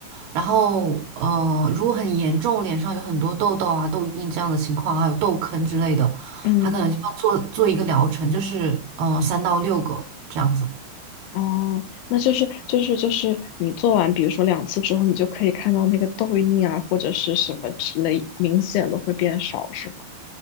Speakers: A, on the right; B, on the left.
A: 然后，呃，如果很严重，脸上有很多痘痘啊、痘印这样的情况，还有痘坑之类的，
B: 嗯，
A: 他可能就要做做一个疗程，就是呃三到六个这样子。
B: 哦，那就是就是就是你做完，比如说两次之后，你就可以看到那个痘印啊，或者是什么之类明显的会变少，是吗？